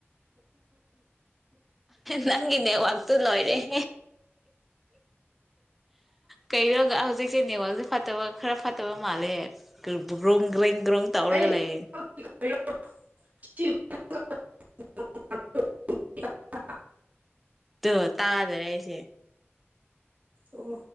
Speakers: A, in the centre; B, on the right.
A: ꯅꯒꯤ ꯋꯥꯥꯛꯇꯨ ꯂꯣꯏꯔꯦ <inaudible> ꯀꯩꯅꯣꯒ ꯍꯧꯖꯤꯛꯁꯦ ꯅꯦꯋꯥꯛꯁꯦ ꯐꯠꯇꯕ ꯈꯔꯥ ꯐꯇꯕ ꯃꯥꯂꯦ ꯀꯩ ꯗꯥ ꯔꯣꯡ ꯔꯦꯡ ꯔꯣꯡ ꯇꯧꯔꯒ
B: ꯑꯩ
A: ꯂꯩꯦ
B: <inaudible>
A: ꯇ ꯇꯥꯗꯔꯦꯁꯦ
B: ꯑꯣ